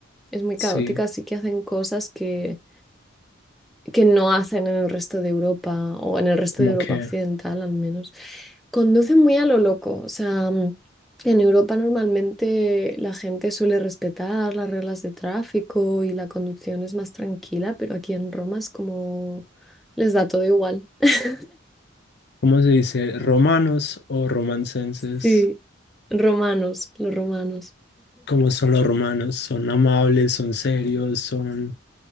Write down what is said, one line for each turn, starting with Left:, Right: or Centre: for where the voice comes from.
Centre: es muy
Left: sí,
Centre: caótica, así que hacen cosas que que no hacen en el resto de Europa o en el resto
Left: como
Centre: de Europa
Left: que,
Centre: occidental al menos. Conducen muy a lo loco, o sea, mm, en Europa normalmente la gente suele respetar las reglas de tráfico y la conducción es más tranquila, pero aquí en Roma es como les da todo igual. <laughs>
Left: ¿cómo se dice? ¿Romanos o romancenses?
Centre: Sí, romanos, los romanos.
Left: ¿Cómo son los romanos? ¿Son amables? ¿Son serios? ¿Son